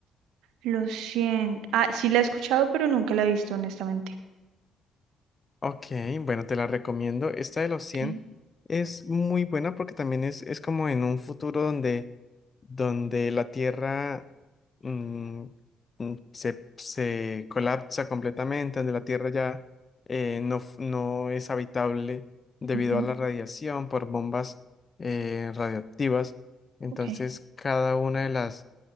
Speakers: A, on the right (about 65°); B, on the left (about 35°).
A: Los 100. Ah, sí la he escuchado, pero nunca la he visto, honestamente.
B: Ok, bueno, te la recomiendo. Esta de Los cien
A: Ok.
B: es muy buena porque también es, es como en un futuro donde donde la Tierra mm, mm, se, se colapsa completamente, donde la Tierra ya eh, no, f- no es habitable debido
A: ujú,
B: a la radiación por bombas eh, radioactivas. Entonces,
A: ok.
B: cada una de las